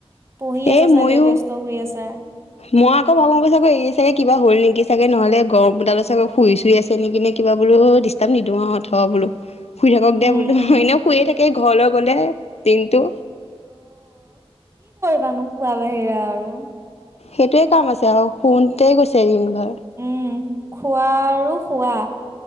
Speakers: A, on the right (about 25°); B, on the left (about 85°).
A: পঢ়ি আছা
B: এ
A: চাগে
B: মইও
A: ব্যস্ত হৈ আছা।
B: মই আকৌ ভাবো এই চাগে কিবা হল নেকি চাগে নহ'লে গৰমডাল চাগে শুইছো ধুই আছে এ নিক কিনে কিবা বোলো ডিষ্টাৰ্ব নিদিওঁ অঁ তাবলো শুই থাকক দে
A: উম।
B: বোলো এনে শুইয়ে থাকে ঘৰলৈ গ'লে দিনটো
A: মানুহ খোৱা বাহিৰা আৰু
B: সেইটোয়ে কাম আছে আৰু শুতেই গৈছে দিনবোৰ
A: উম খোৱা আৰু খোৱা